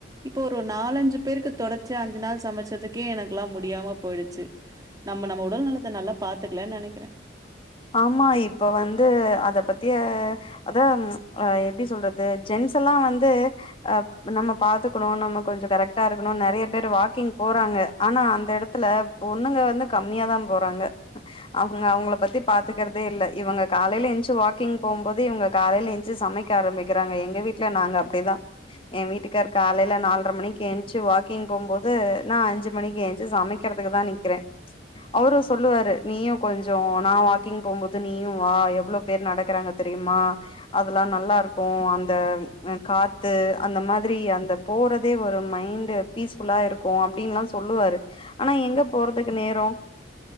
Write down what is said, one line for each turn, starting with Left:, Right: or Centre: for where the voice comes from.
Right: இப்போ ஒரு நாலஞ்சு பேருக்கு தொடச்சியா அஞ்சு நாள் சமைச்சதுக்கே எனக்கெல்லா முடியாம போயிடுச்சு நம்ம நம்ம உடல் நலத்த நல்லா பாத்துக்கலன் நெனைக்கிற
Left: ஆமா இப்ப வந்து அத பத்தியே அதா எப்டி சொல்றது ஜென்ஸ் எல்லா வந்து அ நம்ம பாத்துக்கணு நம்ம கொஞ்ச கரெக்டா இருக்கணு நெறைய பேர் வாக்கிங் போறாங்க ஆனா அந்த எடத்துல பொண்ணுங்க வந்து கம்மியாதா போறாங்க அவங்க அவங்கள பத்தி பாத்துக்கறதே இல்ல இவங்க காலைல எஞ்ச்சு வாக்கிங் போம்போது இவங்க காலைய்ல எஞ்ச்சு சமைக்க ஆரம்பிக்கிராங்க எங்க வீட் ட்ல நாங்க அப்டிதா எ வீட்டுக்கார் காலைல நால்ர மணிக் என்ச்சு வாக்கிங் போம்போது நா அஞ்சு மணிக்கு எஞ்ச்சு சமைக் க்றதுக்கு தா நிக்றே அவரு சொல்லுவாரு நீயு கொஞ்ச நா வாக் கிங் போம்போது நீயு வா எவ்ளொ பேர் நடக்றாங்க தெரியுமா அதெல்லா நல்லா இருக்கு அந்த காத்து அந்த மாதிரி அந்த போறதே ஒரு மைண்டு பீஸ்ஃபுல்லா இருக்கு அப்டின்லா சொல்லுவாரு ஆனா எங்க போறதுக்கு நேரொ